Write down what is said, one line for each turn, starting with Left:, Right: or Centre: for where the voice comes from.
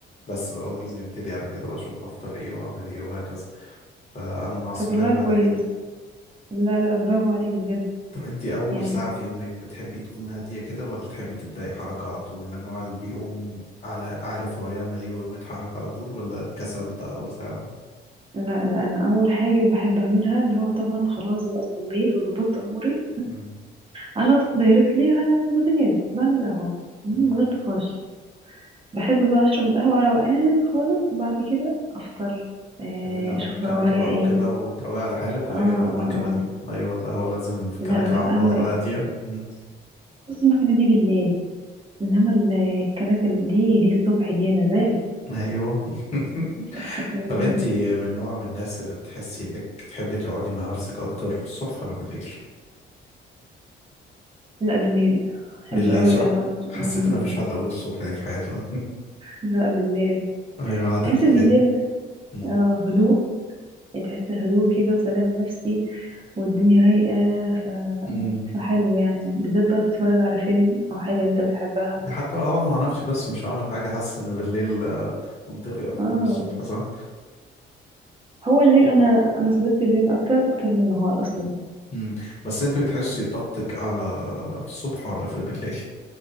Left: بس بقى اول يوم يبتدي على كده بشوف هفطر ايه واعمل ايه وهكذا فانا مع الصحيان
Right: طب والله كويس
Left: بدري جدا
Right: لا لا برافو عليك بجد
Left: طب انت اول
Right: يعني
Left: ساعة في يومك بتحبي تكون هادية كده ولا تحبي تبدأي حركة على طول من النوع اللي بيقوم على عارف هو يعمل ايه ويقوم يتحرك على طول ولا الكسل بتاع اول ساعة ده
Right: لا لا انا اول حاجه بحب اعملها اللي هو طبعا خلاص بقى صليت وظبطت اموري
Left: مم.
Right: على طول دايركتلي على البوتاجاز بعمل قهوه من
Left: مم.
Right: غير نقاش بحب بقى اشرب القهوه على روقان خالص بعد كده افطر آه،
Left: جميل قهوة
Right: اشوف
Left: بالكنكة
Right: بقى ورايا
Left: بقى
Right: ايه
Left: وكده وتروقي على حالك ولا
Right: اه
Left: جايبة المكنة
Right: اه اه
Left: دي ايوه القهوة لازم في
Right: لا
Left: كنكة
Right: لا
Left: على
Right: القهوه
Left: النار
Right: إيه؟
Left: هادية مم.
Right: بص المكنه دي بالليل انما ال- الكناكل دي دي الصبح دي مزاج
Left: ايوه <laughs>
Right: <laughs> لا
Left: طب انت من نوع من الناس اللي بتحسي انك تحبي تقعدي مع نفسك اكتر الصبح ولا بالليل
Right: لا بالليل بحب
Left: بالليل
Right: قوي
Left: صح
Right: اقعد
Left: حسيت
Right: م-
Left: ان مفيش حد
Right: م.
Left: اقول الصبح دي في حياتنا
Right: لا بالليل
Left: <laughs> ايوه قعدت
Right: تحس
Left: بالليل
Right: بالليل
Left: مم.
Right: آه هدوء تحس هدوء كده وسلام نفسي والدنيا رايقة ف...
Left: مم.
Right: فحلو يعني بالذات بقى تتفرج على فيلم أو حاجة أنت بتحبها
Left: ده حتى لو هقعد مع نفسي بس مش هعمل حاجة حاسس إن بالليل آه، منطقي أكتر
Right: اه
Left: من الصبح صح؟
Right: هو الليل أنا أنا صديقتي الليل أكتر أكتر من النهار أصلا
Left: مم. بس أنت بتحسي طاقتك أعلى في الصبح ولا في بالليل؟